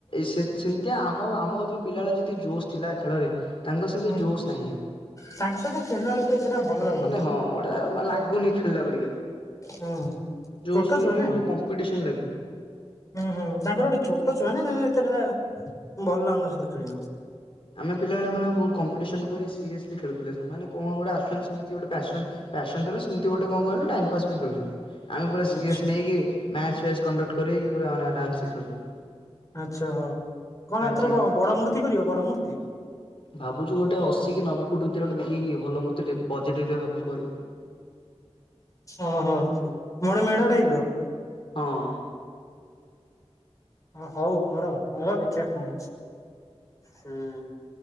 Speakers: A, on the left (about 55°); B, on the left (about 30°).
A: ସେମିତି ଆମ ଆମ ଯେତେବେଳେ ପିଲାବେଳେ ଯେତିକି ଜୋସ୍ ଥିଲା ଖେଳରେ ତାଙ୍କ ସେମିତି
B: ହୁଁ
A: ଜୋସ୍ ନାହିଁ ଆଉ।
B: ତାଙ୍କ ସହିତ ଖେଳିଲା ବେଳକୁ ଏତେଟା ଭଲ ଲାଗୁନି
A: ମାନେ ହଁ ଗୋଟେ ଲାଗୁନି ଖେଳିଲା ପରିକା।
B: ହୁଁ
A: ଜୋସ୍
B: ଛୋଟ ଛୁଆ
A: ହଉନି
B: ନା
A: ଗୋଟେ କମ୍ପିଟିସନ ଲାଗୁନି।
B: ହୁଁ ହୁଁ ତାଙ୍କର ଗୋଟେ ଛୋଟ ଛୁଆ ନା ଏତେଟା ଭଲ ଲାଗୁନି ତା ସହିତ ଖେଳିବାକୁ।
A: ଆମେ ପିଲାବେଳେମାନେ ବହୁତ କମ୍ପିଟିସନ୍ନ କରି ସିରିଅସ୍ଲି ଖେଳୁଥିଲେ ସେମାନେ କଣ ଗୋଟେ ଆସୁଛନ୍ତି ସେମିତି ଗୋଟେ ପ୍ୟାସନ୍ ପ୍ୟାସନ ତ ସେମିତି ଗୋଟେ କଣ କହିଲୁ ଟାଇମ ପାସ ପାଇଁ ଖେଳୁଛନ୍ତି। ଆମେ ପୁରା
B: ଆଚ୍ଛା
A: ସିରିୟସ୍ ନେଇକି ମ୍ୟାଚ୍ ପ୍ୟାଚ୍ଚ୍ କଣ୍ଡକ୍ଟ କରିକି ପୁରା ମାନେ ଆରାମ ସେ ଖେଲୁଥିଲୁ।
B: ଆଚ୍ଛା ହଉ କଣ ଏଥର
A: ଜିତ୍
B: ବଡ ମୂର୍ତ୍ତି କରିବ ବଡ ମୂର୍ତ୍ତି?
A: ଭାବୁଚୁ ଗୋଟେ ଅଶୀ କି ନବେ ଫୁଟ୍ ଭିତରେ ଗୋଟେ ଦେଖିକି ଭଲ ମୂର୍ତ୍ତିଟେ ବଜେଟ୍ ଭିତରେ ଭାବୁଚୁ କରିବୁ।
B: ଓହୋ ଗୋଟେ ମେଢ ଟାଇପ ର?
A: ହଁ।
B: ଓ ହଉ କର କର ଦେଖିବା କଣ ହୋଉଛି ହୁଁ।